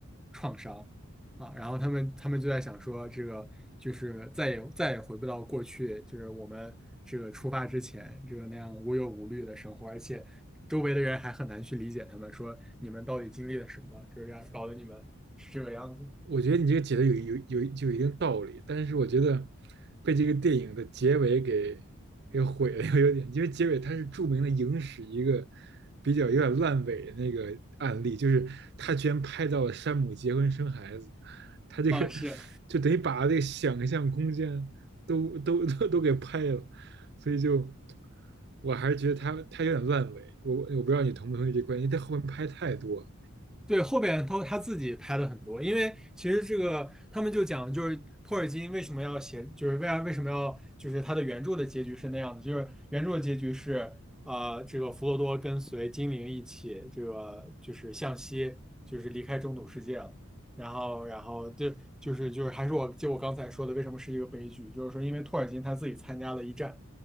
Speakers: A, in the centre; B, on the right (about 50°).
A: 创伤啊，然后他们他们就在想说，这个就是再也再也回不到过去，就是我们这个出发之前这个那样无忧无虑的生活，而且周围的人还很难去理解他们，说你们到底经历了什么，就是让搞得你们是这个样子
B: 我觉得你这个解的有有有就有一定道理，但是我觉得被这个电影的结尾给给毁了，有点，因为结尾它是著名的影史一个比较有点烂尾的那个案例，就是他居然拍到了山姆结婚生孩子，他这个
A: 啊，是。
B: 就等于把这个想象空间都都都都给拍了，所以就我还是觉得他他有点烂尾，我我不知道你同不同意这观点，因为他后面拍太多了，
A: 对，后边他他自己拍的很多，因为其实这个他们就讲，就是托尔金为什么要写，就是为啥为什么要，就是他的原著的结局是那样的，就是原著的结局是，呃，这个弗罗多跟随精灵一起，这个就是向西，就是离开中土世界了，然后然后对，就是就是还是我就我刚才说的，为什么是一个悲剧，就是说因为托尔金他自己参加了一战。